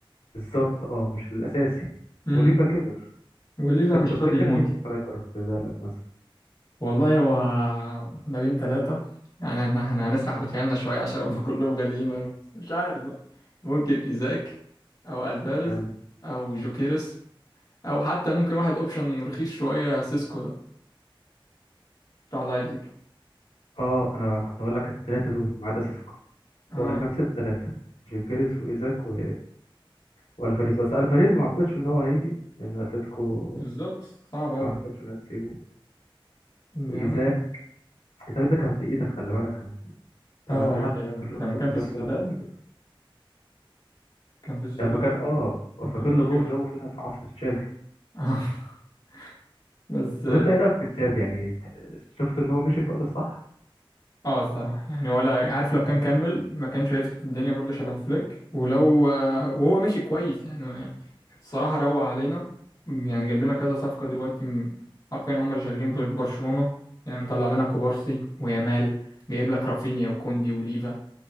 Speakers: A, on the left; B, on the left.
A: بالظبط اه مش الاساسي
B: امم
A: وليفا كبر
B: وليفا
A: انت
B: مش
A: بتفتكر
B: راضي يموت
A: مين سترايكر في بالك مثلا
B: والله هو ما بين ثلاثة يعني احنا إحنا هنسرح بخيالنا شوية عشان هم كلهم غاليين
A: مم.
B: بس مش عارف بقى ممكن إيزاك أو ألفاريز
A: حلو
B: أو جوكيرس أو حتى ممكن واحد أوبشن رخيص شوية سيسكو ده بتاع لايبزيج
A: اه انا كنت هقول لك الثلاثه دول ما عدا سيسكو
B: اه
A: بقول لك نفس الثلاثة جيوكيريس وإيزاك و... والفاريز بس الفاريز ما اعتقدش ان هو هيجي لان اتلتيكو
B: بالظبط صعب أوي
A: ما اعتقدش انها تسيبه
B: يعني
A: وايزاك ايزاك ده كان في ايدك خلي بالك كان انا
B: اه
A: في
B: والله
A: حتى
B: لما
A: فاكر له
B: لما كان
A: جون
B: في
A: جاب
B: سوسيداد
A: فينا جون في-
B: كان في سوسيداد
A: يعني لما كان اه
B: كان
A: فاكر له
B: هيجر
A: جون جابه فينا في عصر تشافي
B: <laughs> بس
A: طب انت ايه رايك في تشافي يعني ت- شفت ان هو مشي في الوقت الصح
B: اه الصراحة يعني ولا عارف لو كان كمل ما كانش هيظبط الدنيا برضه شبه فليك ولو آه، وهو ماشي كويس يعني, يعني الصراحة روق علينا يعني جايب لنا كذا صفقة دلوقتي م- عارفين هم اللي شغالين بر- برشلونة يعني طلع لنا كوبارسي ويامال جايب لك رافينيا وكوندي وليفا